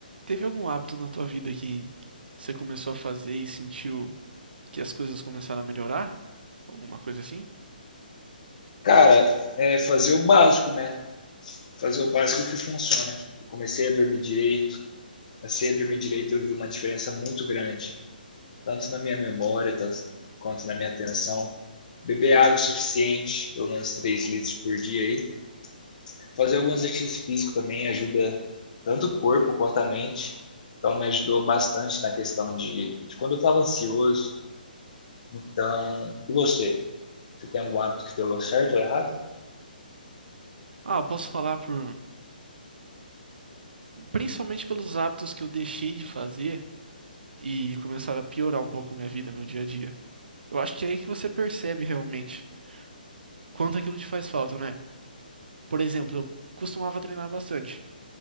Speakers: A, on the right (about 80°); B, on the left (about 50°).
A: Teve algum hábito na tua vida que você começou a fazer e sentiu que as coisas começaram a melhorar? Alguma coisa assim?
B: Cara, é fazer o básico, né? Fazer o básico que funciona. Eu comecei a dormir direito. Comecei a dormir direito, eu vi uma diferença muito grande, tanto na minha memória tanto, quanto na minha atenção. Beber água o suficiente, pelo menos 3 litros por dia aí. Fazer alguns exercícios físicos também ajuda tanto o corpo quanto a mente. Então me ajudou bastante na questão de, de quando eu estava ansioso. Então, e você? Você tem algum hábito que deu certo ou errado?
A: Ah, eu posso falar por, principalmente pelos hábitos que eu deixei de fazer e começaram a piorar um pouco minha vida, meu dia a dia. Eu acho que é aí que você percebe realmente quanto aquilo te faz falta, né? Por exemplo, eu costumava treinar bastante.